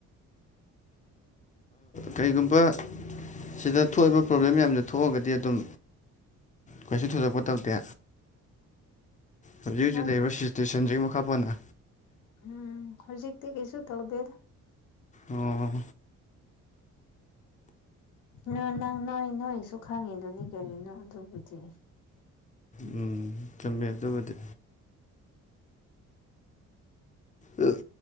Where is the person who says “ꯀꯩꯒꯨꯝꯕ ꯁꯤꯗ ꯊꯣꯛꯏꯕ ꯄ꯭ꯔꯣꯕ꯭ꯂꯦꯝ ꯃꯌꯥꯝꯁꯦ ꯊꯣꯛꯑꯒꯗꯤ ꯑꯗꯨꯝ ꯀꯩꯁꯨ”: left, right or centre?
Left